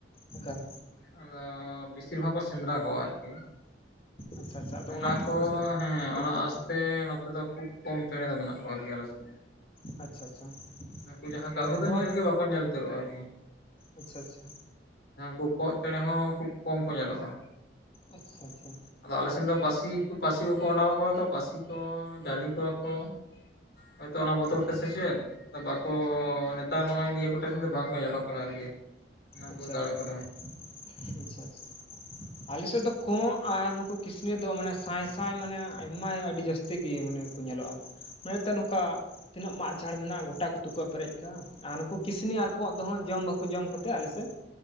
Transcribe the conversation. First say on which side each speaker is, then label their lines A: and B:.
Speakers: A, on the left (about 30°); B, on the left (about 60°).
A: ᱮᱠᱟᱞ,
B: ᱟᱫᱚ ᱵᱮᱥᱤᱨ ᱵᱷᱟᱜᱽ ᱠᱚ ᱥᱮᱸᱫᱽᱨᱟ ᱠᱚᱣᱟ ᱟᱨᱠᱤ᱾
A: ᱟᱪᱪᱷᱟ ᱟᱪᱪᱷᱟ ᱟᱫᱚ
B: ᱚᱱᱟ
A: ᱛᱮᱠᱚ
B: ᱠᱚ
A: ᱯᱟᱥᱮᱡ
B: ᱦᱮᱸ
A: ᱵᱟᱠᱚ
B: ᱚᱱᱟ
A: ᱦᱤᱡᱩᱜᱼᱟ
B: ᱟᱥᱛᱮ ᱱᱚᱛᱮ ᱫᱚ ᱠᱷᱩᱵ ᱠᱚᱢ ᱪᱮᱬᱮ ᱫᱚ ᱢᱮᱱᱟᱜ ᱠᱚᱣᱟ ᱟᱨᱠᱤ ᱟᱞᱮ ᱥᱮᱫ ᱫᱚ᱾
A: ᱟᱪᱪᱷᱟ ᱟᱪᱪᱷᱟ
B: ᱱᱩᱠᱩ ᱡᱟᱦᱟᱸ
A: ᱛᱚᱵᱮ
B: ᱠᱟᱹᱦᱩ
A: ᱮᱱᱦᱚᱸ
B: ᱫᱚ ᱧᱮᱞ ᱜᱮ ᱵᱟᱠᱚ ᱧᱮᱞ ᱩᱛᱟᱹᱨᱚᱜᱼᱟ ᱟᱨᱠᱤ᱾
A: ᱟᱪᱪᱷᱟ ᱟᱪᱪᱷᱟ᱾
B: ᱡᱟᱸᱦᱟ ᱠᱩ ᱠᱚᱜ ᱪᱮᱬᱮ ᱦᱚᱸ ᱠᱷᱩᱵ ᱠᱚᱢ ᱠᱚ ᱧᱮᱞᱚᱜᱼᱟ᱾
A: ᱟᱪᱪᱷᱟ ᱟᱪᱪᱷᱟ᱾
B: ᱟᱫᱚ ᱟᱞᱮᱥᱮᱱ ᱫᱚ ᱯᱟᱹᱥᱤ ᱠᱚ ᱯᱟᱹᱥᱤ ᱠᱚᱠᱚ ᱚᱰᱟᱣᱚᱣᱟ ᱛᱚ ᱯᱟᱹᱥᱤ ᱠᱚ ᱡᱟᱹᱞᱤ ᱠᱚ ᱛᱚ ᱦᱚᱭᱛᱚ ᱚᱱᱟ ᱵᱚᱛᱚᱨ
A: ᱟᱪᱪᱷᱟ
B: ᱛᱮ ᱥᱮ ᱪᱮᱫ᱾ ᱵᱟᱠᱚ ᱱᱮᱛᱟᱨ ᱱᱚᱜᱼᱚᱭ ᱱᱤᱭᱟᱹ ᱠᱚᱴᱟ ᱫᱤᱱ ᱫᱚ ᱵᱟᱝ ᱠᱚ ᱧᱮᱞᱚᱜ ᱠᱟᱱᱟ ᱟᱨᱠᱤ᱾ ᱚᱱᱟ
A: ᱟᱪᱪᱷᱟ
B: ᱵᱟᱹᱫᱽ
A: ᱟᱪᱪᱷᱟ,
B: ᱟᱲᱮ ᱠᱚᱨᱮ ᱦᱚᱸ
A: ᱟᱪᱪᱷᱟ ᱟᱪᱪᱷᱟ᱾ ᱟᱞᱮ ᱥᱮᱫ ᱫᱚ ᱠᱚᱜ ᱟᱨ ᱱᱩᱠᱩ ᱠᱤᱥᱱᱤ ᱫᱚ ᱢᱟᱱᱮ ᱥᱟᱸᱭ ᱥᱟᱸᱭ ᱢᱟᱱᱮ ᱟᱭᱢᱟ ᱟᱹᱰᱤ ᱡᱟᱹᱥ ᱛᱮᱜᱮ ᱢᱟᱱᱮ ᱠᱚ ᱧᱮᱞᱚᱜᱼᱟ, ᱢᱟᱱᱮᱛᱚ ᱱᱚᱝᱠᱟ ᱛᱤᱱᱟᱹᱜ ᱢᱟᱫ ᱡᱷᱟᱲ ᱢᱮᱱᱟᱜᱼᱟ ᱜᱚᱴᱟ ᱠᱚ ᱛᱩᱠᱟᱹ ᱯᱮᱨᱮᱡ ᱠᱟᱜᱼᱟ, ᱟᱨ ᱱᱩᱠᱩ ᱠᱤᱥᱱᱤ ᱟᱨ ᱠᱚᱸᱜ ᱫᱚ ᱦᱟᱸᱜ ᱡᱚᱢ ᱵᱟᱠᱚ ᱡᱚᱢ ᱠᱚ ᱛᱮ ᱟᱞᱮ ᱥᱮᱫ